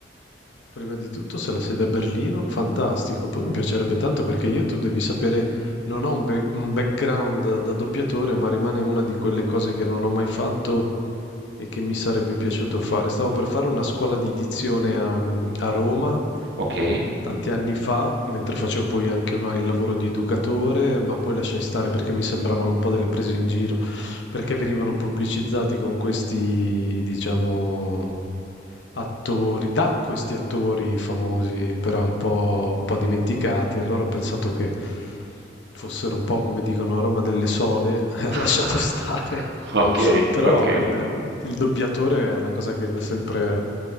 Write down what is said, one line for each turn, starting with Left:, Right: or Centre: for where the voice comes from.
Left: Prima di tutto, se la sede è a Berlino, fantastico. Poi mi piacerebbe tanto perché io, tu devi sapere, non ho un, back- un background da doppiatore, ma rimane una di quelle cose che non ho mai fatto e che mi sarebbe piaciuto fare. Stavo per fare una scuola di dizione a, mm, a Roma
Right: Ok?
Left: tanti anni fa, mentre facevo poi anche una- il lavoro di educatore, ma poi lasciai stare perché mi sembravano un po' delle prese in giro, perché venivano pubblicizzati con questi, diciamo attori, da questi attori famosi, però un po', un po' dimenticati. Allora ho pensato che fossero un po' come dicono a Roma delle sole <laughs> e
Right: <laughs>
Left: ho lasciato stare.
Right: Ok,
Left: Però
Right: ok.
Left: il, il doppiatore è una cosa che mi è sempre